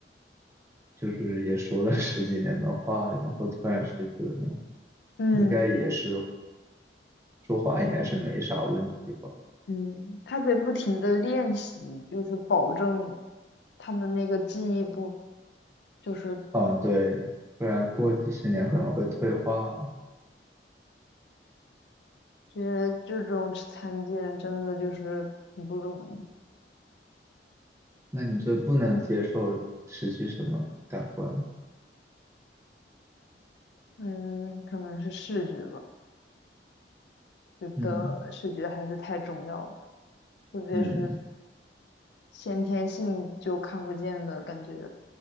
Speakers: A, on the right; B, on the left.
A: 就是也说了 <laughs> 十几年的话，然后突然失去了呢，
B: 嗯
A: 应该也是说话应该是没啥问题吧？
B: 嗯，他得不停的练习，就是保证他的那个记忆不，就是
A: 啊，对，不然过几十年可能会退化。
B: 觉得这种残疾人真的就是很不容易。
A: 那你就不能接受失去什么感官？
B: 嗯，可能是视觉吧，觉得视觉还是太重要了，
A: 嗯
B: 特别是
A: 嗯，
B: 先天性就看不见的感觉，